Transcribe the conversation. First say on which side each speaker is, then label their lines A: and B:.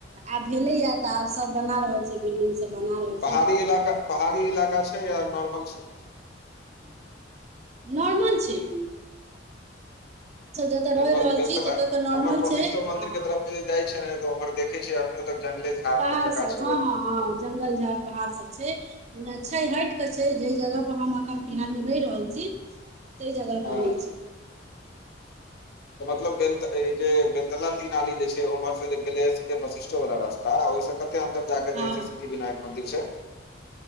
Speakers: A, on the right (about 40°); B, on the left (about 60°).
A: आब भेले या तऽ आब सब बना रहल छैय बिल्डिंग सब बना रहल छैय।
B: पहाड़ी इलाका पहाड़ी इलाका छैय या नॉर्मल छैय।
A: <unintelligible> नॉमल छैय। जतऽ
B: नहि
A: रहि रहल
B: वेलतला
A: छी ततऽ तऽ नॉर्मल
B: ओमहर वशिष्ठो
A: छै हँ
B: मन्दिर
A: हँ
B: के तरफ जाइ छै नऽ तऽ ऊम्हर देखे छियै अखनो तक जंगले झाड़
A: पहाड़
B: सब जकाँ छैय।
A: हँ हँ हँ जंगल झाड़ पहाड़ सब छैय। मुदा छैय हट कऽ छैय जेहि जगह पर हम एखन फिलहालमे रहि रहल छी। तैई जगह
B: हँ
A: पर नहिै छैय।
B: मतलब ब जे बेलतला तीन आली जे छैय उम्हर से जे गेले। वशिष्ठो वाला रास्ता ओहिस कते अन्दर जाँक
A: हँ
B: जे
A: हँ
B: सिद्धि विनायक मन्दिर छैय।